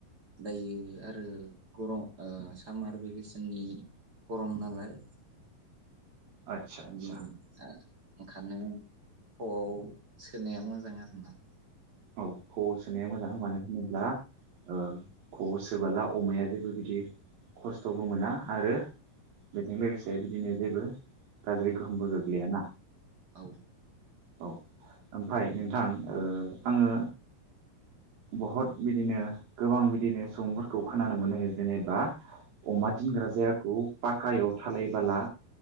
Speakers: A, on the right; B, on the right.
A: दायो आरो गर ओ सामार भेकेसननि गरम नालाय
B: आदसा आदसा
A: बेजों आ ओंखारनो खआव सोनाया मोजां आरोना
B: औ खआव सोनाया मोजां मानो होनोब्ला ओ खआव सोबोला अमाया जेबो बिदि खस्थ'बो मोना आरो बेजों लोगोसे बिदिनो जेबो गाज्रि गोहोमबो गोग्लैयाना
A: औ
B: औ। ओमफाय नोंथां ओ आंङो बहत बिदिनो गोबां बिदिनो सुबुंफोरखौ खोनानो मोनो जेनेबा अमा दिनग्रा जायाखौ पाकायाव थानायबाला